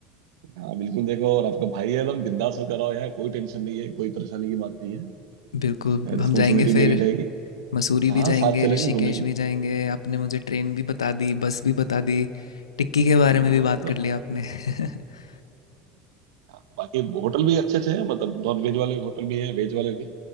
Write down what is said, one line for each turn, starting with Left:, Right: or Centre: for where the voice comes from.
Right: हाँ बिल्कुल देखो और आपका भाई है एकदम बिंदास होकर आओ यार कोई टेंशन नहीं है कोई परेशानी की बात नहीं
Left: बिल्कुल
Right: है रिस्पॉन्सिबिलिटी
Left: हम जाएंगे फिर
Right: मेरी रहेगी
Left: मसूरी
Right: हाँ
Left: भी जाएंगे
Right: साथ चलेंगे
Left: ऋषिकेश
Right: घूमेंगे
Left: भी जाएंगे आपने मुझे ट्रेन भी बता दी बस भी बता दी टिक्की के बारे
Right: हाँ
Left: में भी बात
Right: तो
Left: कर लिया आपने <laughs>
Right: हाँ, बाकी होटल भी अच्छे अच्छे हैं मतलब नॉन वेज वाले होटल भी हैं वेज वाले भी